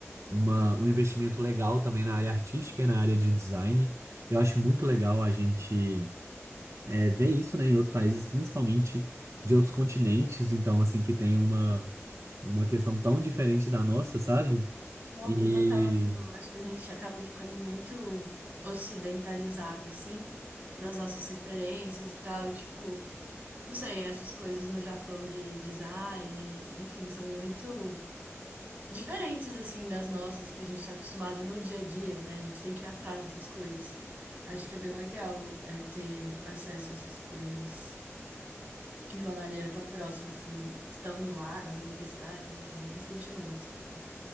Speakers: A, on the right; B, on the right.
A: uma, um investimento legal também na área artística e na área de design. Eu acho muito legal a gente é, ver isso, né, em outros países, principalmente de outros continentes, então, assim, que tem uma, uma questão tão diferente da nossa, sabe?
B: Nossa,
A: E
B: total, amigo. Eu Acho que a gente acaba ficando muito ocidentalizado, assim, nas nossas referências e tal. E, tipo, não sei, essas coisas no Japão de design, enfim, são muito diferentes, assim, das nossas que a gente está acostumado no dia a dia, né? A gente tem que ir atrás dessas coisas. Eu Acho que é bem legal, é, ter acesso a essas coisas. de uma maneira tão próxima, assim, estando lá nas universidades, enfim. Mas continua, desculpa.